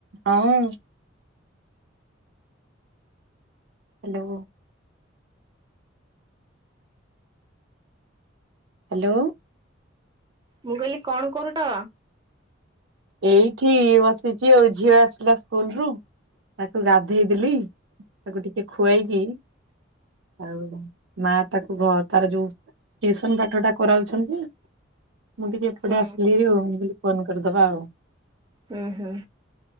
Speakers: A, on the right; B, on the right.
A: ହଁ <unintelligible> hello. Hello.
B: ମୁଁ କହିଲି କଣ କରୁଛ?
A: ଏଇଠି ବସିଛି ଆଉ ଝିଅ ଆସିଲା ସ୍କୁଲ ରୁ ତାକୁ ଗାଧେଇଦେଲି ତାକୁ ଟିକେ ଖୁଆଇକି ଆଉ ମା ତାକୁ ଘ ତାର ଯୋଉ ଟ୍ୟୁସନ ପାଠଟା କରାଉଛନ୍ତି ମୁଁ ଟିକେ ଏପଟେ
B: ହୁଁ
A: ଆସିଲି ଜଉ ମୁଁ କହିଲି ଫୋନ କରିଦବା ଆଉ।
B: ହୁଁ ହୁଁ।